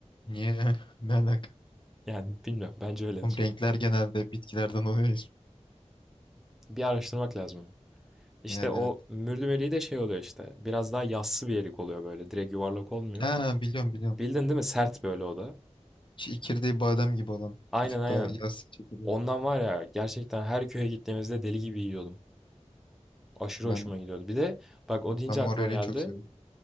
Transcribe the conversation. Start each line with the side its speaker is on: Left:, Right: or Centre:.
Left: Niye? <laughs> Ne alaka?
Centre: Yani bilmiyorum bence öyledir.
Left: Oğlum renkler genelde bitkilerden oluyor ya.
Centre: Bir araştırmak lazım onu. İşte
Left: Yani
Centre: o
Left: evet.
Centre: mürdüm eriği de şey oluyor işte biraz daha yassı bir erik oluyor böyle direkt yuvarlak olmuyor.
Left: Ha biliyorum biliyorum.
Centre: Bildin değil mi sert böyle o da.
Left: Çi- Çekirdeği badem gibi olan.
Centre: Aynen
Left: Bir tık
Centre: aynen.
Left: daha yaz çekirdeği.
Centre: Ondan var ya gerçekten her köye gittiğimizde deli gibi yiyordum. Aşırı
Left: Ben
Centre: hoşuma gidiyordu. Bir de bak o deyince
Left: ben mor
Centre: aklıma
Left: eriği
Centre: geldi.
Left: çok seviyorum.